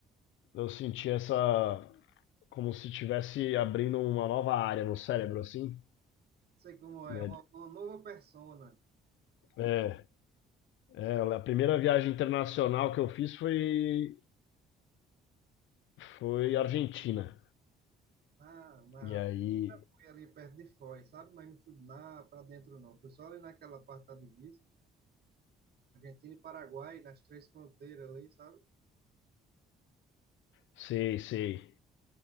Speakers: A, on the left; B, on the right.
A: eu sentia essa, como se estivesse abrindo uma nova área no cérebro, assim,
B: Sei como
A: né?
B: é, uma, uma nova persona.
A: É, é, a primeira viagem internacional que eu fiz foi Foi Argentina.
B: Ah, mas
A: E aí,
B: eu fui ali perto de Foz, sabe? Mas não fui lá para dentro, não. Fui só ali naquela parte da divisa, Argentina e Paraguai, nas três fronteiras ali, sabe?
A: sei, sei.